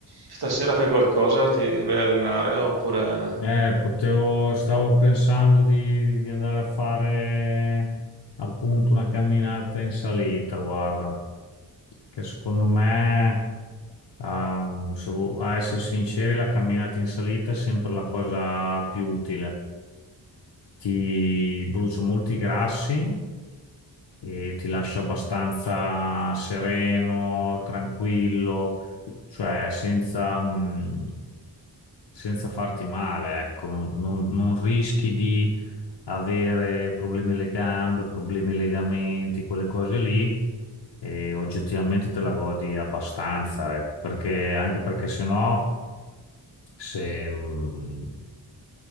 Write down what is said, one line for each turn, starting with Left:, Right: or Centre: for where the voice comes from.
Right: Stasera fai qualcosa? Ti vai a allenare oppure...
Left: eh, potevo, stavo pensando di, di andare a fare appunto una camminata in salita, guarda, che secondo me, ehm, se vo- a essere sinceri, la camminata in salita è sempre la cosa più utile. Ti brucia molti grassi e ti lascia abbastanza sereno, tranquillo cioè senza, mm, senza farti male, ecco, non, non- non rischi di avere problemi alle gambe, problemi ai legamenti, quelle cose lì, e oggettivamente te la godi abbastanza, eh, perché, anche perché se no, se, mh,